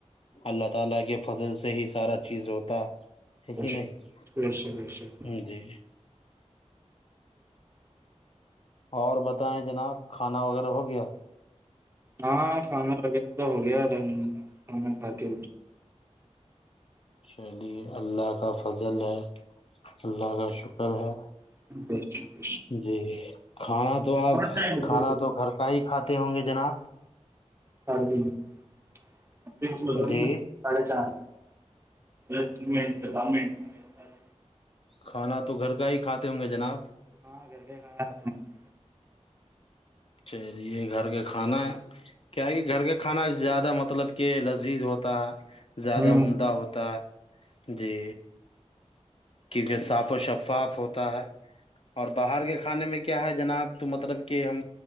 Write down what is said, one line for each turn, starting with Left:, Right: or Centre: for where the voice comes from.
Left: اللہ تعالی کے فضل سے ہی سارا چیز ہوتا ہے
Right: بے
Left: کہ نہیں
Right: شک بے شک۔
Left: جی اور بتائیں جناب کھانا وغیرہ ہو گیا
Right: ہاں کھانا وغیرہ تو ہوگیا کھانا کھا کے
Left: چلیے اللہ کا فضل ہے اللہ کا شکر ہے
Right: <unintelligible>
Left: جی کھانا تو آپ
Right: کون ٹائم ہے؟
Left: کھانا تو گھر کا ہی کھاتے ہوں گے جناب
Right: <unintelligible>
Left: جی
Right: <unintelligible>
Left: کھانا تو گھر کا ہی کھاتے ہوں گے جناب
Right: <unintelligible>
Left: اچھا‌ جی یہ گھر کا کھانا ہے کیا ہی گھر کا کھانا زیادہ مطلب کہ لذیذ ہوتا ہے زیادہ
Right: ہیں
Left: عمدہ
Right: ہوں
Left: ہوتا ہے جی کیونکہ صاف و شفاف ہوتا ہے اور باہر کے کھانے میں کیا ہے جناب تو مطلب کہ ہم